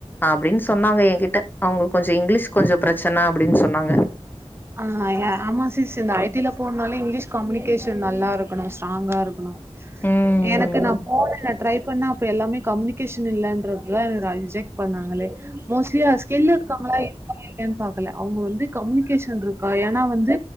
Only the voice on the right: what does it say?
ஆ ய ஆமா சிஸ் இந்த ஐ டி ல போன்னாலே இங்கிலீஷ் கம்யுன் கேஷன் நல்லா இருக்கணு ஸ்ட்ராங்கா இருக்கணு
எனக்கு நா போனே ட்ரை பண்ணா அப்ப எல்லாமே கம்யூனிகேஷன் இல்லன்றதுதா என்ன ரிஜக்ட் பண்ணாங்களே மோஸ்ட்லி ஸ்கில் இருக்கவுங்களா இருக்காங்களா இல்லையா பாக்கல அவுங்க வந்து கம்யுன்க் கேஷன்ட்ரு கா ஏன்னா வந்து